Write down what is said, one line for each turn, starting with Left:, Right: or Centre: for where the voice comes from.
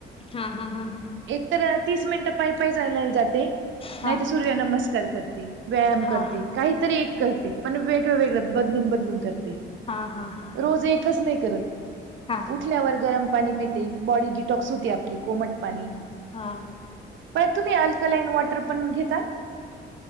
Left: हा हा हा हा हा
Right: एक तर तीस मिनिटं पाय पायी ला जाते
Left: हां,
Right: नाहीत सूर्य नमस्कार करते व्यायाम
Left: हां,
Right: करते
Left: हां.
Right: काहीतरी एक करते पण वेगळं वेगळं बदलून बदलून करते.
Left: हा हा हा हा
Right: रोज एकच नाही करत.
Left: हा
Right: उठल्यावर गरम पाणी पिते बॉडी डिटॉक्स होती आपली कोमट पाणी
Left: हा
Right: प तुम्ही अल्कलाईन वॉटर पण घेता?